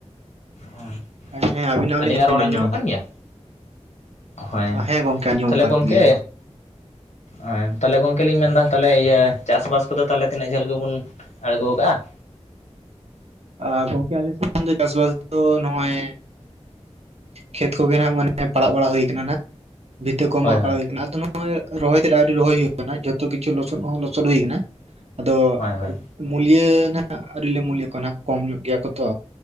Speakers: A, on the left; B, on the right.
A: ᱦᱚᱸ
B: ᱦᱮᱸ ᱟᱵᱤᱱᱟᱜ ᱦᱚᱸᱞᱤᱧ
A: ᱟᱹᱞᱤᱧᱟᱜ ᱨᱚᱲ
B: ᱟᱸᱡᱚᱢ
A: ᱟᱸᱡᱚᱢᱚᱜ
B: ᱧᱟᱢ ᱮᱫᱟ
A: ᱠᱟᱱ ᱜᱮᱭᱟ? ᱦᱚᱭ
B: ᱦᱮᱸ ᱜᱚᱝᱠᱮ ᱟᱸᱡᱚᱢᱚᱜ
A: ᱛᱟᱞᱦᱮ
B: ᱠᱟᱱ
A: ᱜᱚᱝᱠᱮᱼᱼ
B: ᱜᱮᱭᱟ
A: ᱚ ᱦᱮᱸ ᱛᱟᱦᱚᱞᱮ ᱜᱚᱝᱠᱮ ᱞᱤᱧ ᱢᱮᱱ ᱮᱫᱟ ᱛᱟᱦᱚᱞᱮ ᱤᱭᱟᱹ ᱪᱟᱥᱼᱵᱟᱥ ᱠᱚᱫᱚ ᱛᱟᱦᱚᱞᱮ ᱛᱤᱱᱟᱹᱜ ᱡᱷᱟᱹᱞ ᱜᱮᱵᱚᱱᱼᱼ ᱟᱬᱜᱚᱠᱟᱜᱼᱟ
B: ᱟ ᱜᱚᱝᱠᱮ ᱟᱞᱮ ᱥᱮᱫ ᱫᱚ ᱪᱟᱥᱵᱟᱥ ᱫᱚ ᱱᱚᱜᱼᱚᱭ ᱠᱷᱮᱛ ᱠᱚᱜᱮ ᱱᱟᱜ ᱢᱟᱱᱮ ᱯᱟᱲᱟᱜ ᱵᱟᱲᱟ ᱦᱩᱭ ᱟᱠᱟᱱᱟ ᱱᱟᱦᱟᱜ ᱵᱷᱤᱛᱟᱹ ᱠᱚ
A: ᱦᱳᱭ
B: ᱢᱟᱜ
A: ᱦᱳᱭ
B: ᱵᱟᱲᱟ ᱦᱩᱭ ᱟᱠᱟᱱᱟ ᱟᱫᱚ ᱱᱚᱜ-ᱚᱭ ᱨᱚᱦᱚᱭ ᱛᱮᱫ ᱟᱹᱶᱨᱤ ᱨᱚᱦᱚᱭ ᱦᱩᱭ ᱟᱠᱟᱱᱟ ᱡᱷᱚᱛᱚ ᱠᱤᱪᱷᱩ ᱞᱚᱥᱚᱫ ᱦᱚᱸ ᱞᱚᱥᱚᱫ ᱦᱩᱭ ᱟᱠᱟᱱᱟ ᱟᱫᱚ
A: ᱦᱳᱭ ᱦᱳᱭ
B: ᱢᱩᱞᱤᱭᱟ ᱱᱟᱜ ᱟᱹᱶᱨᱤ ᱞᱮ ᱢᱩᱞᱤᱭᱟ ᱠᱚᱣᱟ ᱱᱟᱦᱟᱜ ᱠᱚᱢ ᱧᱚᱜ ᱜᱮᱭᱟ ᱠᱚ ᱛᱚ